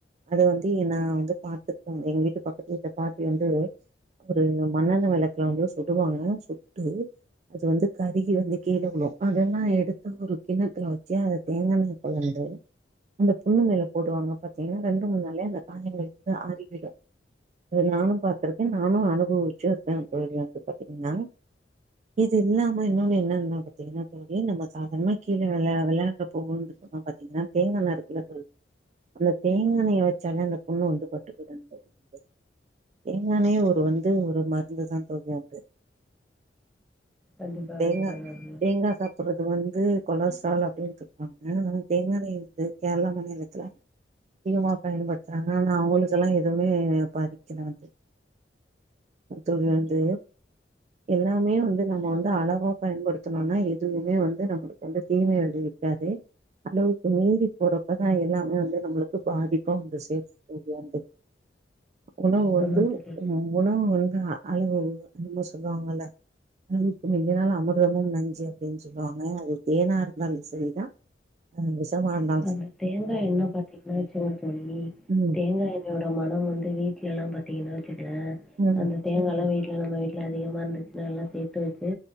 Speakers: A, on the right (about 40°); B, in the centre.
A: அது வந்து நா வந்து பாத்திருக்கோ எங்க வீட்டு பக்கத்து வீட்டு பாட்டி வந்து ஒரு மண்ணெண்ண வெளக்குலா வந்து சுடுவாங்க சுட்டு அது வந்து கருகி வந்து கீழ விழு அதல்லா எடுத் து ஒரு கிண்ணத்துல வச்சு அத தேங்கெண்ணய கலந்து அந்த புண்ணு மேல போடுவாங்க பாத்தீங்கனா ரெண்டு மூண் நாளே அந்த காயங்கள் வந்து அறிவிடு அது நானு பாத்துருக்க நானு அனுபவிச்சு இருக்க தோழி வந்து பாத்தீங்ன்னா இது இல்லாம இன்னொன்னு என்ன என்ன பாத்தீங்கன்னா தோழி நம்ம சாதார்ணமா கீழ விளா விளாடுறப்போ <unintelligible> பாத்தீங்கன்னா தேங்காண்ண இருக்குல தோழி அந்த தேங்கெண்ணய வெச்சாலே அந்த புண்ணு வந்து <unintelligible> தேங்கெண்ணயே ஒரு வந்து ஒரு மருந்துதா தோழி அது
B: கண்டிப்பா
A: ம் தேங்கா
B: கண்டிப்பா தோழி
A: தேங்கா சப் ட்டு வந்து கொலஸ்ட்ரால் அப்டின்ட்டுக்வாங்க ஆனா தேங்கெண்ணய வந்து கேரளா மாநிலத்துல அதிகமா பயன்படுத்துறாங்க ஆனா அவுங்களுக்கெல்லா எதுவுமே பாதிக்கல வந்து தோழி வந்து எல்லாமே வந்து நம்ம வந்து அழவா பயன்படுத்துணோம்னா எதுவுமே வந் ந்து நம்மளுக்கு வந்து தீமை விழைவிக்காது அளவுக்கு மீறி போறப்பதா எல்லாமே வந்து நம்மளுக்கு பாதிப்பா வந்து சேர்த்து முடியறது உணவு வந்து
B: ஆமா தோழி
A: உ உணவு வந்து அளவு என்னமோ சொல்லுவாங்கல்ல அளவுக்கு மீறினால் அமிர்தமும் நஞ்சு அப்டின் சொல் லுவாங்க அது தேனா இருந்தாலு சரிதான் ஆ விஷமா இருந்தா
B: அந்த தேங்கா எண்ண பாத்தீங்கன்னா வச்சுங்க தோழி
A: ம்
B: தேங்கா எண் இதோட மன வந்து வீட்டு்லல்லா பாத்தீங்கன்னா வச்சுக்கல
A: ம்
B: அந்த தேங்காலா வீட்ல நம்ம வீட்ல அதிகமா இருந்துச்னா நல்லா சேத்து வச்சு